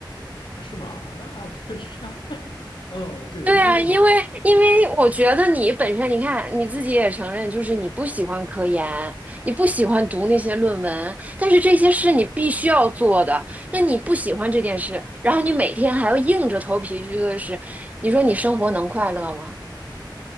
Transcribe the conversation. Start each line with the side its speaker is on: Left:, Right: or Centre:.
Left: 啊是吗？那确实啊，哦，对，
Right: 对啊，
Left: 因为我
Right: 因为因为我觉得你本身，你看你自己也承认，就是你不喜欢科研，你不喜欢读那些论文，但是这些是你必须要做的。那你不喜欢这件事，然后你每天还要硬着头皮去做的事，你说你生活能快乐吗？